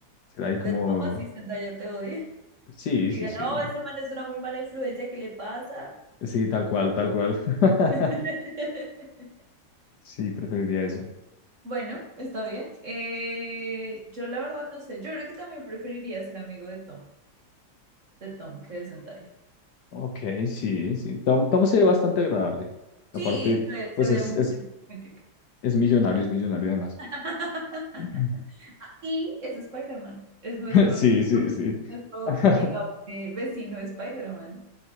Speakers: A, on the left; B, on the right.
A: será ahí
B: De
A: como,
B: Thomas y Zendaya te odia.
A: sí,
B: Diga,
A: sí, sí,
B: no, ese man es una muy mala influencia, ¿qué le pasa?
A: sí, tal cual, tal cual. <laughs>
B: <laughs>
A: Sí, preferiría eso.
B: Bueno, está bien. Eh, yo la verdad no sé. Yo creo que también preferiría ser amigo de Tom, de Tom que de Zendaya.
A: Ok, sí, sí. Tom, Tom se ve bastante agradable. Aparte,
B: Sí, se ve,
A: pues
B: se ve
A: es,
B: un
A: es,
B: buen, buen tipo.
A: es millonario, es millonario además.
B: <laughs>
A: <clears throat>
B: Ah, Y es Spider-Man. Es nuestro,
A: Sí, sí, sí.
B: nuestro
A: <laughs>
B: amigo eh, vecino Spider-Man.